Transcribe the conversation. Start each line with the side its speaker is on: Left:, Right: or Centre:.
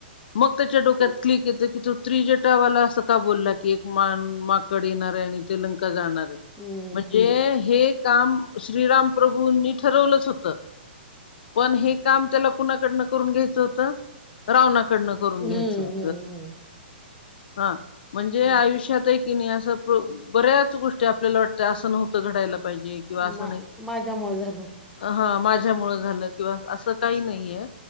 Left: मग त्याच्या डोक्यात. क्लिक येत की तो त्रिजटावाला असं का बोलला की एक मा माकड येणार ये आणि ती लंका जाणार ये.
Centre: हम्म.
Left: म्हणजे हे काम श्रीराम प्रभूंनी ठरवलंच होतं. पण हे काम त्याला कुणाकडनं करून घ्यायचं होतं रावणाकडनं करून
Centre: हं,
Left: घ्यायचं होत.
Centre: हं, हं,
Left: हा म्हणजे
Centre: हं.
Left: आयुष्यात ये की नई असं बऱ्याच गोष्टी आपल्याला वाटत असं नव्हतं घडायला. पाहिजे किंवा असं
Centre: मा,
Left: नाही
Centre: माझ्यामुळे झालं.
Left: हा माझ्यामुळे झालं किंवा असं काही नाहीये.